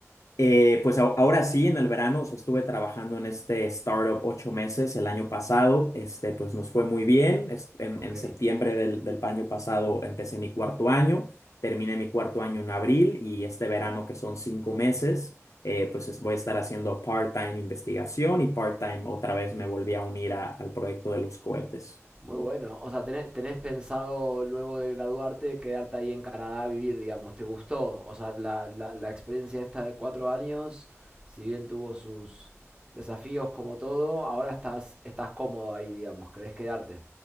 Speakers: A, on the left; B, on the right.
A: eh, pues a- ahora sí, en el verano, o sea, estuve trabajando en este startup ocho meses el año pasado, este, pues nos fue muy bien. Es- en,
B: Ok.
A: en septiembre del, del año pasado empecé mi cuarto año, terminé mi cuarto año en abril y este verano, que son cinco meses, eh, pues es- voy a estar haciendo part-time investigación y part-time otra vez me volví a unir a- al proyecto de los cohetes.
B: Muy bueno. O sea, tenés, tenés pensado luego de graduarte quedarte ahí en Canadá a vivir, digamos. ¿Te gustó? O sea, la, la, la experiencia esta de cuatro años, si bien tuvo sus desafíos como todo, ahora estás, estás cómodo ahí, digamos. ¿Querés quedarte?